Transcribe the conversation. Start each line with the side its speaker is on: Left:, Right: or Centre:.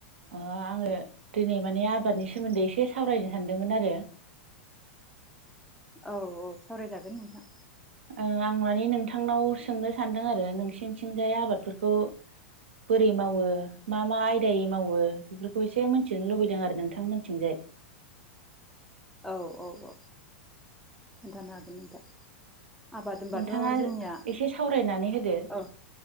Right: ओ आङो दिनै माने आबादनि सोमोन्दै एसे सावरायनो सानदोंमोन आरो। <inaudible>
Centre: औ औ सावरायजागोन नोंथां।
Right: आं माने नोंथांनाव सोंनो सानदों आरो नोंसिनिथिंजाय आबादफोरखौ बोरै मावो मा मा आयदायै मावो बेफोरखौ एसे मिथिनो लुबैदों आरो नोंथां मोनथिंजाय <inaudible>
Centre: औ औ औ। खोनथानो हागोन नोंथां। आबाद होनबाथ'
Right: नोंथाङा
Centre: जोंनिया
Right: एसे सावरायनानै होदो
Centre: औ